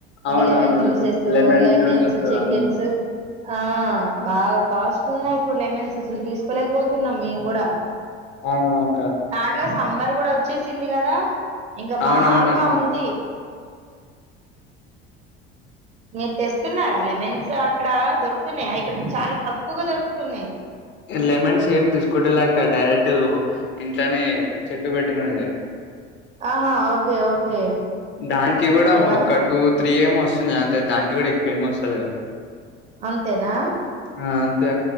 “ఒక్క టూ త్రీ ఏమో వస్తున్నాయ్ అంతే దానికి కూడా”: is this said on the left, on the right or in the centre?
Left